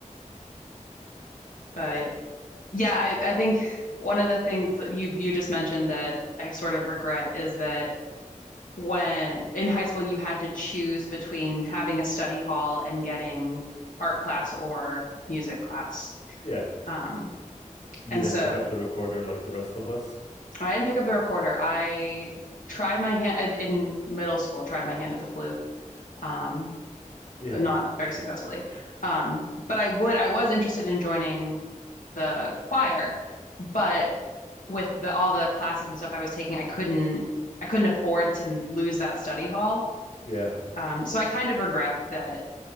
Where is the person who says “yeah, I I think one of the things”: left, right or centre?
Left